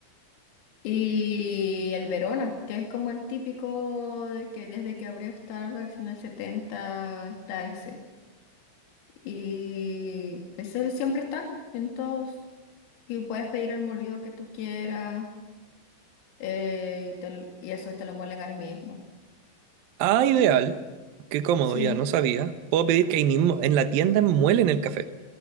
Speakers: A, on the left; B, on the right.
A: Y el Verona, que es como el típico de que desde que abrió Starbucks en el 70 está ese. Y ese siempre están en todos. Y puedes pedir el molido que tú quieras eh, y, te y eso te lo muelen ahí mismo.
B: Ah, ideal. Qué cómodo,
A: Sí,
B: ya no sabía. Puedo pedir que ahí mismo en la tienda muelen el café.